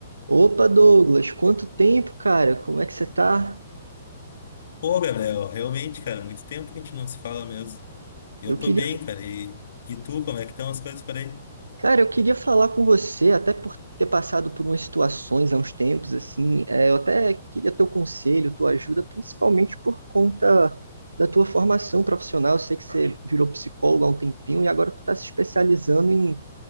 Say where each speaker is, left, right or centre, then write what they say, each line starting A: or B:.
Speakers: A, on the right; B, on the left.
A: Opa, Douglas, quanto tempo, cara? Como é que você tá?
B: Ô Gabriel, realmente, cara, muito tempo que a gente não se fala mesmo. Eu
A: Eu
B: tô
A: queria,
B: bem, cara, e, e tu, como é que estão as coisas por aí?
A: cara, eu queria falar com você, até por ter passado por umas situações há uns tempos, assim, é, eu até queria teu conselho, tua ajuda, principalmente por conta da tua formação profissional. Eu sei que você virou psicólogo há um tempinho e agora tu tá se especializando em